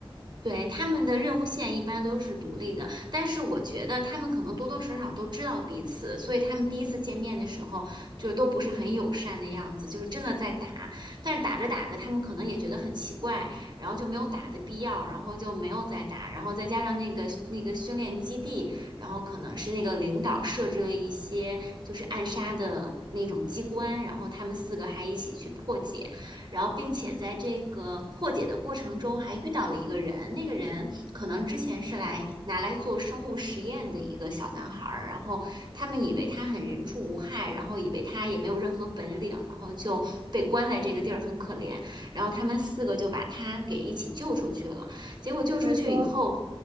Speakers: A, on the right (about 55°); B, on the right (about 75°).
A: 对，他们的任务线一般都是独立的，但是我觉得他们可能多多少少都知道彼此，所以他们第一次见面的时候就都不是很友善的样子，就是真的在打。但是打着打着，他们可能也觉得很奇怪，然后就没有打的必要，然后就没有再打。然后再加上那个那个训练基地，然后可能是那个领导设置了一些就是暗杀的那种机关，然后他们四个还一起去破解。然后并且在这个破解的过程中还遇到了一个人，那个人可能之前是来拿来做生物实验的一个小男孩儿，然后他们以为他很人畜无害，然后以为他也没有任何本领，然后就被关在这个地儿很可怜，然后他们四个就把他给一起救出去了，结果救出去以后，
B: 所以说，